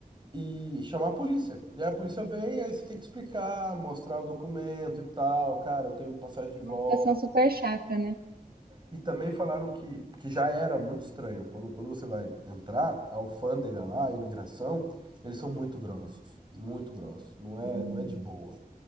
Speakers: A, on the right (about 30°); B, on the right (about 80°).
A: e chamar a polícia. E aí a polícia vem, aí você tem que explicar, mostrar o documento e tal, cara, eu tenho passagem de volta.
B: Uma situação super chata, né?
A: E também falaram que, que já era muito estranho, quando, quando você vai entrar, a alfândega lá, a imigração, eles são muito grossos, muito grossos, não é,
B: Hum.
A: não é de boa.